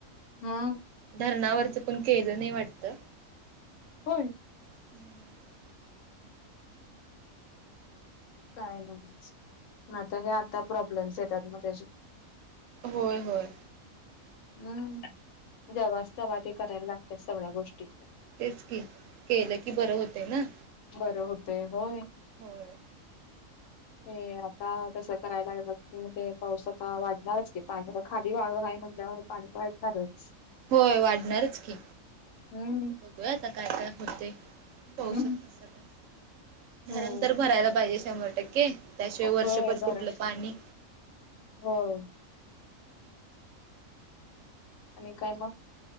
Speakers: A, on the left; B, on the right.
A: हा
B: धरणावरच. पण केलं नाही वाटतं.
A: होय.
B: <inaudible>
A: काय न्हवच म आता हे आता प्रॉब्लेम्स येतात मग त्या
B: होय होय.
A: हम्म जेव्हाच तेव्हा ते करायला लागत्यात सगळ्या गोष्टी
B: तेच की केलं की बरं होतंय ना
A: बरं होतय होय.
B: होय.
A: हे आता तस करायला लागेलं कि म ते पावसाचा वाढणारच की पाण्याला खाली वाळू हाय म्हण म्हटल्यावर पाणी वाढणारच.
B: होय वाढणारच की
A: हम्म
B: बघूया आता काय कर होतय पावसाच
A: हम्म
B: कस काय
A: हम्म
B: धरण तर भरायला पाहिजे शंभर टक्के त्याशिवाय
A: होय
B: वर्षभर
A: धर
B: कुठलं पाणी
A: होय. आणि काय मग?